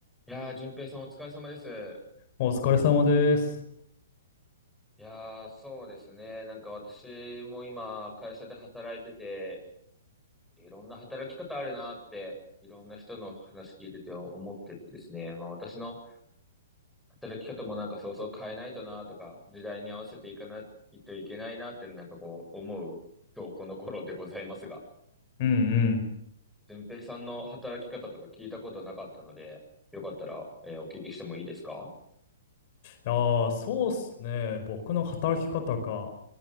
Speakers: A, in the centre; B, on the left.
A: いやー、淳平さんお疲れ様です。
B: お疲れ様です。
A: いやー、そうですね。なんか私も今、会社で働いてて、いろんな働き方あるなって、いろんな人の話聞いてて思っててですね。まあ私の働き方もなんかそうそう変えないとなとか、時代に合わせていかないといけないなってなんかこう思う、今日この頃でございますが、
B: うんうん。
A: 淳平さんの働き方とか聞いたことなかったので、よかったら、えーお聞きしてもいいですか
B: いやそうっすね。僕の働き方か。